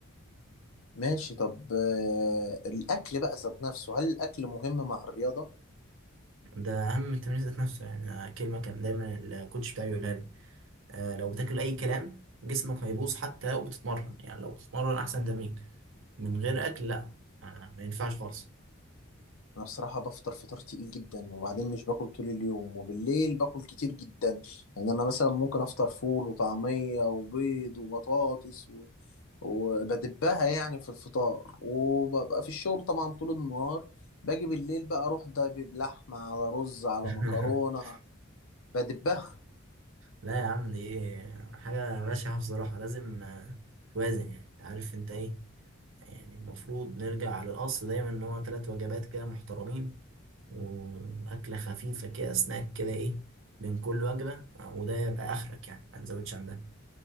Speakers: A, on the left; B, on the right.
A: ماشي طب آه الاكل بقى ذات نفسه هل الاكل مهم مع الرياضة
B: ده اهم التمرين ذات نفسه يعني أنا كلمه كان دايما الكوتش بتاعي يقولها لي آه لو بتاكل اي كلام جسمك هيبوظ حتى لو بتتمرن يعني لو بتتمرن احسن تمرين من غير اكل لا آه ما ينفعش خالص
A: انا بصراحة بفطر فطار تقيل جدا وبعدين مش باكل طول اليوم وبالليل باكل كتير جدا يعني انا مثلا ممكن افطر فول وطعمية وبيض وبطاطس وبدبها يعني في الفطار وببقى في الشغل طبعا طول النهار باجي بالليل بقى اروح دبب لحمة على رز على
B: <laughs>
A: مكرونة بدبها
B: لا يا عم دي حاجه بشعه بصراحه لازم آه، توازن يعني انت عارف انت ايه يعني المفروض نرجع للاصل دايما ان هو ثلاث وجبات كده محترمين واكله خفيفه كده سناك كده ايه بين كل وجبه وده يبقى اخرك يعني ما نزودش عن ده